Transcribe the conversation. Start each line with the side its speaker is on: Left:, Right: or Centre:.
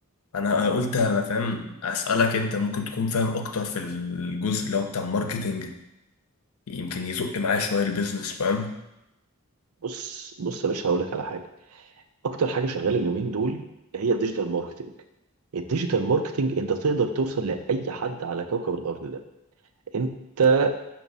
Left: أنا قلت أنا فاهم أسألك أنت ممكن تكون فاهم أكتر في الجزء اللي هو بتاع الماركتينج يمكن يزق معايا شوية البيزنس فاهم
Right: بص بص يا باشا هقول لك على حاجه اكتر حاجه شغاله اليومين دول هي الديجيتال ماركتنج الديجيتال ماركتنج انت تقدر توصل لاي حد على كوكب الارض ده انت